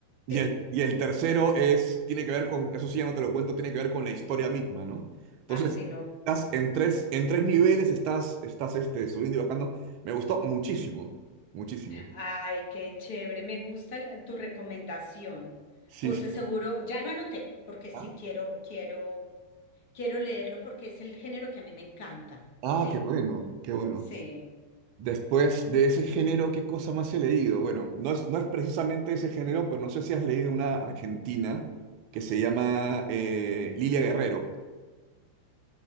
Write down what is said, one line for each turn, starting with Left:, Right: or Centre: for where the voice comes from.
Right: Y
Left: Sí,
Right: el, y el tercero es, tiene que ver con, eso sí ya no te lo cuento, tiene que ver con la historia misma, ¿no? Entonces,
Left: así no.
Right: estás en tres, en tres niveles, estás, estás este, subiendo y bajando. Me gustó muchísimo, muchísimo.
Left: Ay, qué chévere. Me gusta la- tu recomendación.
Right: Sí,
Left: José,
Right: sí.
Left: seguro, ya lo anoté, porque sí
Right: Ah,
Left: quiero, quiero, quiero leerlo porque es el género que a mí me encanta.
Right: ah,
Left: Sí,
Right: qué bueno, qué bueno.
Left: sí.
Right: Después de ese género, ¿qué cosa más he leído? Bueno, no es, no es precisamente ese género, pero no sé si has leído una argentina que se llama eh, Lilia Guerrero,